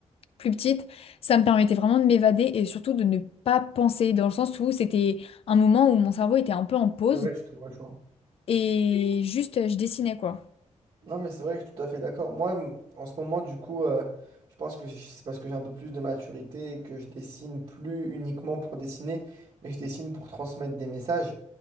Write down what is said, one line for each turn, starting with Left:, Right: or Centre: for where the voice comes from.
Left: plus petite, ça me permettait vraiment de m'évader et surtout de ne pas penser, dans le sens où c'était un moment où mon cerveau était un peu en pause
Right: C'est vrai que je te vois, je
Left: et juste euh, je dessinais, quoi.
Right: Non, mais c'est vrai que je suis tout à fait d'accord. Moi, m- en ce moment, du coup, euh, je pense que j- c'est parce que j'ai un peu plus de maturité et que je dessine plus uniquement pour dessiner, mais je dessine pour transmettre des messages.